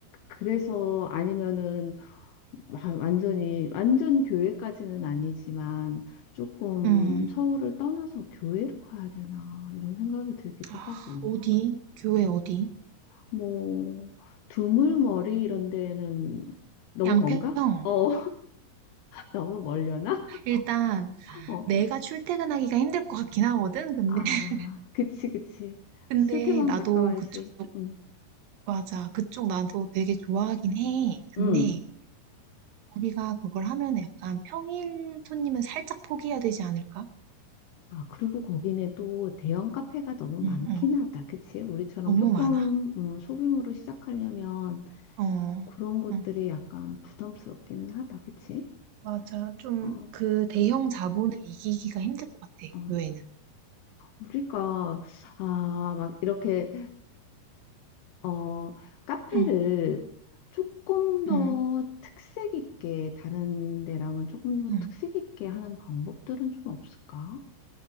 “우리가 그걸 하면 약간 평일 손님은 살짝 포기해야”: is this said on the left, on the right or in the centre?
Right